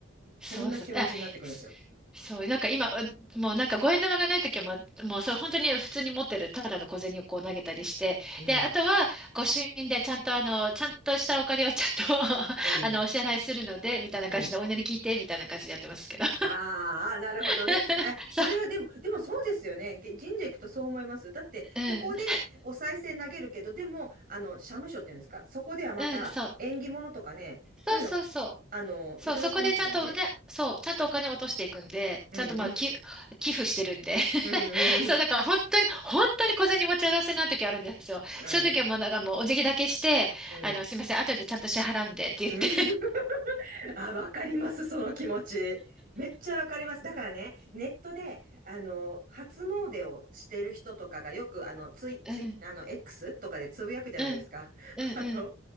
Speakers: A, in the centre; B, on the right (about 45°).
A: そうそう。
B: そんな気持ちになってくるんですよ。
A: あ、すそう、なんか今、うもうなんか五円玉がないときはもう、もうそれ本当に普通に持ってる、ただの小銭をこう投げたりして、
B: うん、
A: で、あとはご朱印でちゃんとあの、ちゃんとしたお金をちゃんと <laughs>
B: うん、
A: あの、お支払いするので、みたいな感じで、
B: うん。
A: お祈り聞いて、みたいな感じでやってますけど。
B: ああ、なるほどね。
A: <laughs>
B: え、
A: そう、
B: それはでも、でもそうですよね。げ神社行くとそう思います。だって、
A: うん、
B: ここでお賽銭投げるけど、でも、あの、社務所っていうんですか、そこではまた縁起物とかね、
A: うん、そう、
B: そういうの、
A: そうそうそう。
B: あの、
A: そう、
B: いただきますものね。
A: そこでちゃんとね、そう、ちゃんとお金を落としていくんで、
B: うんうん。
A: ちゃんとまあ、き、寄付してるんで。
B: うんうん
A: <laughs> そう、だから本当に、本当に小銭持ち合わせない時あるんですよ。
B: うん。
A: そういう時はもう、
B: うん。
A: なんかもうお辞儀だけして、
B: うん。
A: あの、すいません、後でちゃんと支払うんでって言って。
B: うん。<laughs> あ、わかります、その気持ち。めっちゃわかります。だからね、ネットで、あの、初詣をしてる人とかがよく、あの、ツイ、ツイ、
A: <laughs> うん、
B: あの、X とかでつぶやくじゃないですか。
A: うん、
B: <laughs>
A: うん、
B: あの、
A: うん。